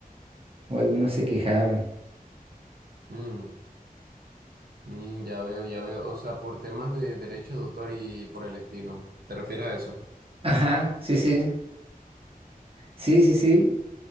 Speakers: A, on the right; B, on the right.
A: o algunos se quejaban.
B: Mm. Mm, ya veo, ya veo. O sea, por temas de derecho de autor y por el estilo. ¿Te refieres a eso?
A: Ajá, sí, sí. Sí, sí, sí.